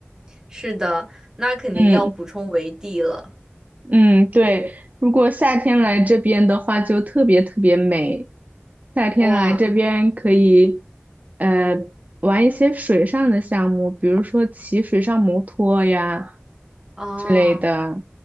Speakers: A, on the right (about 15°); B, on the right (about 40°).
A: 是的，那肯定要补充维
B: 嗯
A: D 了。
B: 嗯，对，如果夏天来这边的话，就特别特别美。夏天来这边可以，
A: 哇
B: 呃，玩一些水上的项目，比如说骑水上摩托呀
A: 啊！
B: 之类的。
A: 哦